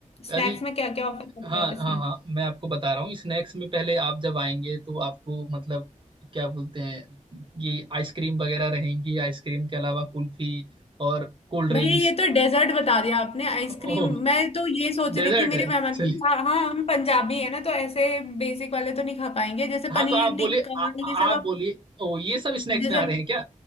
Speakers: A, on the left; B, on the right.
A: स्नैक्स
B: हाँ जी
A: में क्या क्या ऑफर करोगे
B: हाँ
A: आप इसमें
B: हाँ हाँ मैं आपको बता रहा हूँ स्नैक्स में पहले आप जब आएंगे तो आपको मतलब क्या बोलते हैं ये आइसक्रीम वगैरह रहेंगी आइसक्रीम के अलावा कुल्फी और कोल्ड
A: भैया
B: ड्रिंक्स
A: ये तो डेजर्ट बता दिया आपने आइसक्रीम
B: ओह
A: मैं तो ये सोच रही
B: डेजर्ट
A: थी मेरे
B: है
A: मेहमान
B: चलिए
A: की हाँ हाँ हम पंजाबी है ना तो ऐसे बेसिक वाले तो नहीं खा पाएंगे जैसे
B: हाँ
A: पनीर
B: तो आप बोले
A: टिक्का
B: आ-
A: ये
B: आप
A: सब आप
B: बोलिए ओ ये सब स्नैक्स
A: जैसे
B: में आ रहे हैं क्या